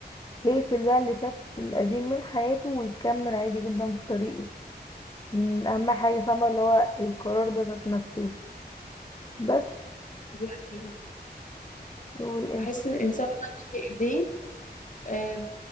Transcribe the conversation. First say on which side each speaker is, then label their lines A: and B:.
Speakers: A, on the left; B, on the left.
A: هيقفل بقى اللي فات القديم من حياته ويكمل عادي جدا في طريقه مم، اهم حاجه فاهمه اللي هو القرار ده ذات نفسه بس
B: دي حقيقة
A: والانت
B: بحس إن الإنسان هو اللي في إيديه آم،